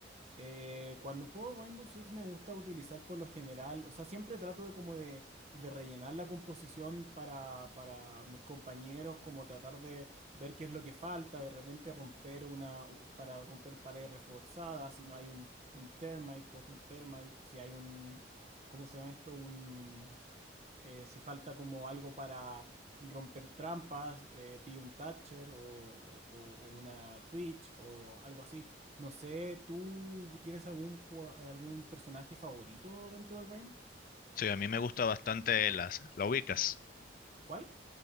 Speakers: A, on the right (about 35°); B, on the left (about 45°).
A: Eh, cuando juego Rainbow Six me gusta utilizar por lo general, o sea, siempre trato de como de, de rellenar la composición para, para mis compañeros, como tratar de ver qué es lo que falta, de repente romper una, u- para romper paredes reforzadas, si no hay un, un termite, cojo un termite, si hay un, ¿cómo se llama esto? Un, eh, si falta como algo para romper trampas, eh, pillo un Thatcher o, o o una Twitch o algo así. No sé, ¿tú tienes algún, jua- algún personaje favorito dentro del Rainbow?
B: Sí, a mí me gusta bastante Elas. ¿La ubicas?
A: ¿Cuál?